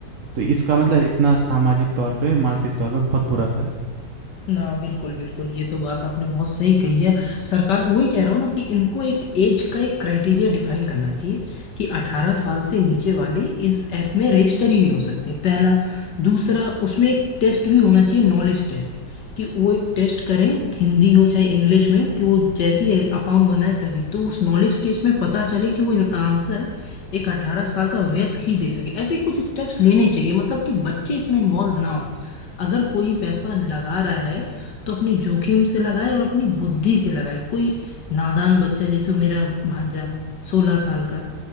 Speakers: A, on the right; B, on the left.
A: तो इसका मतलब इतना सामाजिक तौर पे मानसिक तौर पे बहुत बुरा असर है
B: ना बिल्कुल बिल्कुल ये तो बात आपने बहुत सही कही है सरकार को वही कह रहा हूँ ना कि इनको एक एज का एक क्राइटेरिया डिफाइन करना चाहिए कि 18 साल से नीचे वाले इस ऐप में रजिस्टर ही नहीं हो सकते पहला दूसरा उसमें एक टेस्ट भी होना चाहिए नॉलेज टेस्ट कि वो एक टेस्ट करें हिंदी हो चाहे इंग्लिश में कि वो जैसी अकाउंट बनाए तभी तो उस नॉलेज टेस्ट में पता चले कि वो आंसर एक 18 साल का वयस्क ही दे सके ऐसे कुछ स्टेप्स लेने चाहिए मतलब कि बच्चे इसमें इन्वॉल्व ना हो अगर कोई पैसा लगा रहा है तो अपने जोखिम से लगाए और अपनी बुद्धि से लगाए कोई नादान बच्चा जैसे मेरा भांजा सोलह साल का